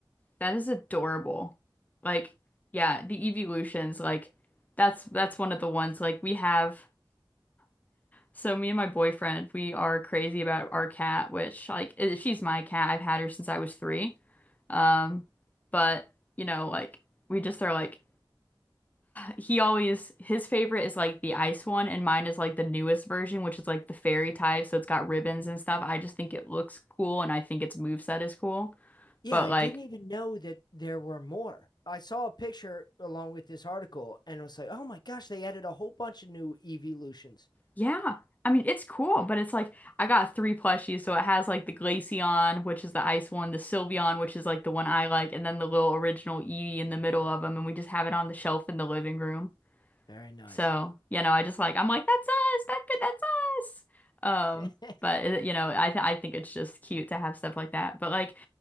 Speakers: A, on the left (about 20°); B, on the left (about 55°).
A: that is adorable. Like yeah, the evolutions like that's that's one of the ones like we have. So me and my boyfriend, we are crazy about our cat, which like i- she's my cat. I've had her since I was three. Um, but you know, like we just are like He always his favorite is like the ice one, and mine is like the newest version, which is like the fairy type, so it's got ribbons and stuff. I just think it looks cool, and I think its moveset is cool.
B: Yeah,
A: But
B: I
A: like,
B: didn't even know that there were more. I saw a picture along with this article and was like, "Oh my gosh, they added a whole bunch of new evolutions."
A: yeah, I mean, it's cool, but it's like I got three plushies, so it has like the Glaceon, which is the ice one, the Sylveon, which is like the one I like, and then the little original Eevee in the middle of them, and we just have it on the shelf in the living room.
B: Very nice.
A: So, you know, I just like I'm like that's us. That could that's us. Um,
B: <laughs>
A: but it- you know, I th I think it's just cute to have stuff like that. But like